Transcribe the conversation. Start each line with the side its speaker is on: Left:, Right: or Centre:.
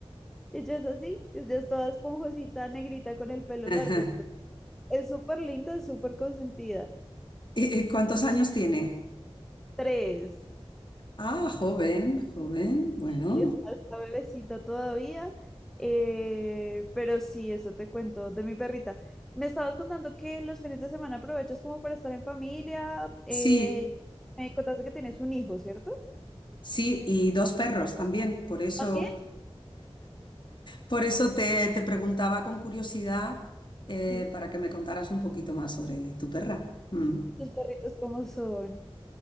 Centre: ella es así, ella es toda esponjosita, negrita con el pelo
Left: Ajá.
Centre: largo, entonces es súper linda, es súper consentida.
Left: ¿Y y cuántos años tiene?
Centre: Tres.
Left: Ah, joven, joven, bueno.
Centre: Es hasta bebecita todavía, eh, pero sí, eso te cuento de mi perrita. Me estabas contando que los fines de semana aprovechas como para estar en familia. eh,
Left: Sí,
Centre: me contaste que tienes un hijo, ¿cierto?
Left: sí, y dos perros también. Por eso,
Centre: También.
Left: por eso te, te preguntaba con curiosidad eh,
Centre: Sí.
Left: para que me contaras un poquito más sobre tu perra. Mm.
Centre: ¿Y tus perritos cómo son?